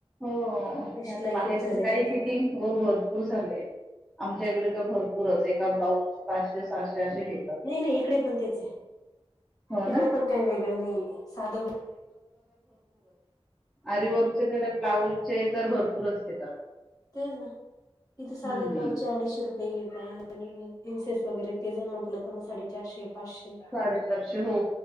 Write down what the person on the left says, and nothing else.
शिलाई
खूप झालेल्या
आहेत
आता
नाही नाही इकडे पण तेच आहे
इकडे
पण काही वेगळं नाही साध
ते ना इिथे साधे
ब्लाउज चे अडीचशे रुपये नाही येत आणि इन्सेस वगैरे ते जे म्हंटलं तर मग साडेचारशे पाचशे